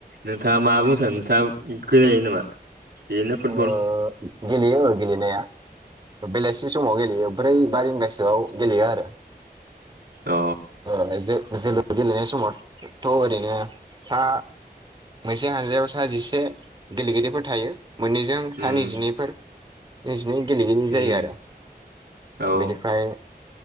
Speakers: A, on the right (about 85°); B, on the right (about 25°).
A: नोंथाङा मा बुंनो सानो नोंथाङा गेलेयो नामा बिदिनो फुटबल
B: आङो गेलेयो गेलेनाया बेलासि समाव गेलेयो ब्रै बा रिंगासोआव गेलेयो आरो
A: अ
B: ओ जो-जोलुर गेलेनाय समावथ' ओरैनो सा मोनसे हानजायाव सा जिसे गेलेगिरिफोर थायो मोननैजों सा
A: उम
B: नैजिनैफोर नैजिनै गेलेगिरि जायो
A: उम
B: आरो
A: औ
B: बेनिफ्राय